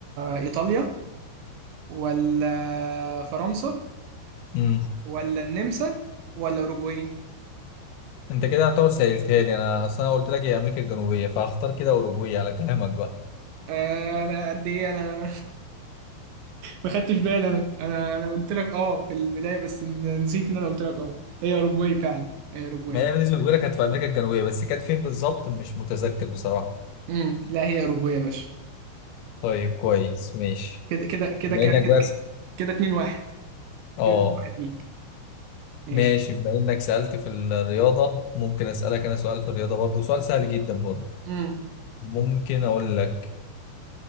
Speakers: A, on the right; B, on the left.
A: ايطاليا ولا فرنسا
B: مم.
A: ولا النمسا ولا اوروجواي
B: انت كده هتعتبر سهلتها لي انا اصلا قلت لك هي امريكا الجنوبيه فهختار كده اوروجواي على كلامك بقى
A: آه انا قد ايه انا <laughs> ما خدتش بالي انا انا انا قلت لك اه في البدايه بس نسيت ان انا قلت لك اه هي اوروجواي فعلا هي اوروجواي
B: ما هي بالنسبه لي كانت في امريكا الجنوبيه بس كانت فين بالظبط مش متذكر بصراحه
A: امم لا هي اوروجواي يا باشا
B: طيب كويس ماشي
A: كده كده كده
B: بما
A: كده
B: انك بس
A: كده كده 2 1
B: اه
A: كده 2 1 ليك ماشي
B: ماشي بما انك سألت في الرياضة ممكن اسألك انا سؤال في الرياضة برضو سؤال سهل جدا برضو
A: مم.
B: ممكن اقول لك